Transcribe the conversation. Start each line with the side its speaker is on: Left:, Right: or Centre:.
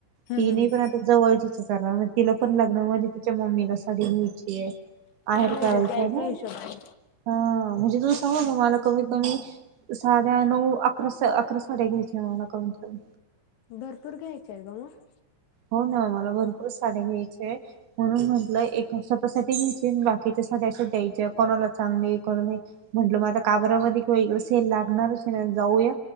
Right: तिने
Left: हम्म हम्म.
Right: पण आत्ता जवळ तिच्या करा म तिला पण, लग्न मध्ये तिच्या मम्मीला साडी घ्यायचीय. आहेर
Left: म्हणजे
Right: करायचा
Left: द्यायच्या
Right: आहे नाय,
Left: हिशोबाने
Right: हा म्हणजे तू सांगू का मला कमीत कमी साड्या नऊ अकरा स-साड्या घ्यायच्यात कमीत कमी.
Left: भरपूर घ्यायच आहे गं मग.
Right: हो ना, मला भरपूर साड्या घ्यायचे म्हणून म्हटलंय, एक स्वतःसाठी घ्यायची बाकी तिथं सगळ्या असं द्यायच्या, कोणाला चांगले कोणा नाही. म्हटलं मग आता काबरामध्ये किंवा इकड सेल लागणारचयं, जाऊया